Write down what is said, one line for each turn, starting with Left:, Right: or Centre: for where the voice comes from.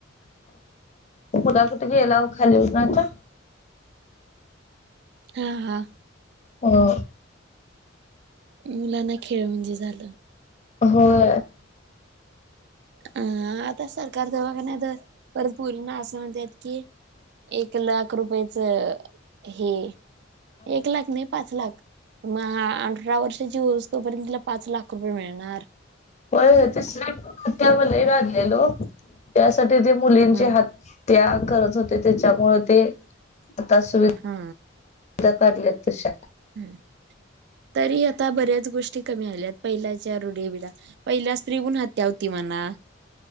Left: कुणाक त गेला ओ खाली होता आता
Right: हा हा
Left: हो.
Right: मुलांना खेळ म्हणजे झालं
Left: होय.
Right: हा आता सरकार तेव्हा कंनाय त परत पोरींना असं म्हणत्येत कि एक लाख रुपयाच हे एक लाख नाही पाच लाख म अंठरा वर्षाची होऊस तोपर्यंत तिला पाच लाख रुपये मिळणार.
Left: हो <unintelligible> लेलो त्यासाठी ते मुलींचे
Right: हम्
Left: हात त्या करत होते त्याच्यामुळ ते आता सुवि
Right: हा
Left: त्या कारल्यात तशा
Right: हम् तरी आता बऱ्याच गोष्टी कमी आल्यात पहिल्याच्या रुढवीडां पहिल्या स्त्री गुण हत्या होती म्हणा